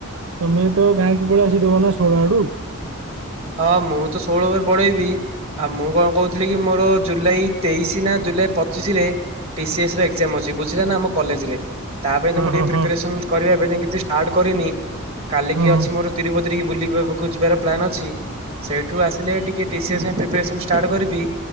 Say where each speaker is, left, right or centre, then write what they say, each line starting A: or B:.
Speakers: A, on the right (about 65°); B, on the right (about 25°).
A: ତମେ ତ ଗାଁକୁ ପଳେଇ ଆସିବ ଦୋଳ ନା ଶୋଳ ଆଡୁ।
B: ହଁ ମୁଁ ତ ଷୋହଳ ଆଡୁ ପଢେଇବି ଆଉ ମୁଁ କଣ କହୁଥୁଲି କି ମୋର ଜୁଲାଇ ତେଇଶ୍ ନା ଜୁଲାଇ ପଚିଶିରେ ଟିସିଏସର ଏଗଜାମ୍ ଅଛି ବୁଝିଲେନା ଆମ କଲେଜରେ। ତାପାଇଁ
A: ହଁ
B: ତ ମୁଁ
A: ହଁ
B: ଟିକେ ପ୍ରିପାରେସନ୍
A: ହଁ
B: କରିବା ଏବେ ଯାଏଁ କିଛି ଷ୍ଟାର୍ଟ୍ କରିନି। କାଲି
A: ହଁ
B: କି
A: ହଁ
B: ଅଛି ମୋର ତିରୁପତିରି କି ବୁଲିବାକୁ ଯିବାର ପ୍ଲାନ୍ ଅଛି। ସେଇଠୁ ଆସିଲେ ଟିକେ ଟିସିଏସ୍ ପାଇଁ ପ୍ରିପାରେସନ୍ ଷ୍ଟାର୍ଟ୍ କରିବି